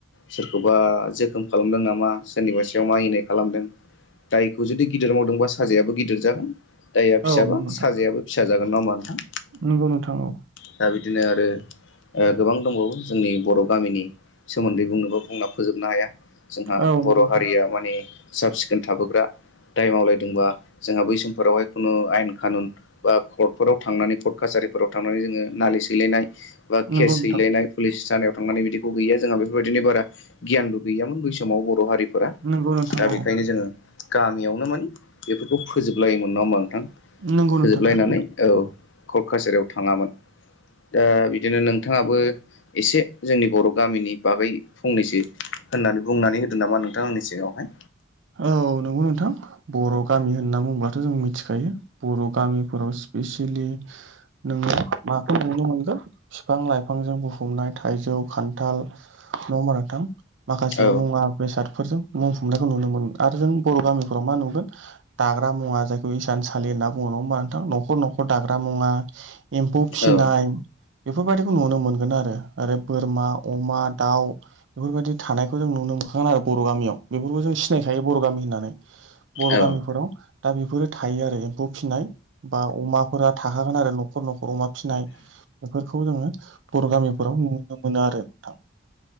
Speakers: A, on the left; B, on the right.
A: सोरखौबा जोखोम खालामदों नामा सोरनिबा सायाव मानिनाय खालामदों। दायखौ जुदि गिदिर मावदोंबा साजायाबो गिदिर जागोन। दाय या फिसाबा
B: औ नंगौ नोंथां
A: साजायाबो फिसा जागोन नङा ओमबा नोंथां?
B: नंगौ नोंथां औ
A: दा बिदिनो आरो गोबां दंबावो जोंनि बर' गामिनि सोमोन्दै बुंनोबा बुंना फोजोबनो हाया। जोंहा
B: औ नंगौ
A: बर'
B: नोंथां
A: हारिया माने साब सिखोन थाबोग्रा दाय मावलायदोंबा जोंहा बै समफोरावहाय खुनु आयेन खानुन बा कर्टफोराव थांनानै कर्ट कासारिफोराव थांनानै जोङो नालिस हैलायनाय बा
B: नंगौ
A: केस
B: नोंथां
A: दैेलायनाय पुलिस थानायाव थांनानै बिदिखौ गैया जोंहा बेफोरबायदिनो बारा गियानबो गैयामोन बै समाव बर' हारिफोरा
B: नंगौ नोंथां
A: दा
B: औ
A: बेखायनो जोङो गामियावनो माने बेफोरखौ फोजोबलायोमोन नङा ओमबा नोंथां
B: नंगौ
A: फोजोबलायनानै
B: नोंथां थारैनो
A: औ कक काजारायाव थाङामोन ओ बिदिनो नोंथाङाबो एसे जोंनि बर' गामिनि बागै फंनैसो होननानै बुंनानै होदो नामा नोंथां आंनि सिगांङावहाय
B: औ नंगौ नोंथां। बर' गामि होनना बुंङोब्लाथ' जों मिथिखायो बर' गामिफोराव स्पेसियेलि नोंङो माखौ नुनो मोनगो फिफां लाइफांजों बुफुमनाय थाइजौ खान्थाल नंङा होनबा नोंथां? माखासे
A: औ
B: मुवा बेसादफोरजों बुंफुंनायखौ नुनो मोन आरो जों बर' गामिफ्राव मा नुगोन? दाग्रा मुवा जायखौ इसान सलि होनना बुङ नङा ओमबा नोंथां न'खर न'खर दाग्रा मुवा एम्फौ फिसिनाय
A: औ
B: बेफोरबायदिखौ नुनो मोनगोन आरो ओरै बोरमा अमा दाउ बेफोरबायदि थानायखौ जों नुनो मोनखागोन आरो बर' गामियाव बेफोरखौ जों सिनायखायो बर' गामि होननानै बर'
A: औ
B: गामिफोराव दा बेफोरो थायो आरो एम्फौ फिसिनाय बा अमाफोरा थाखागोन आरो न'खर न'खर अमा फिनाय बेफोरखौ जोंङो बर' गामिफोराव नुनो मोनो आरो नोंथां।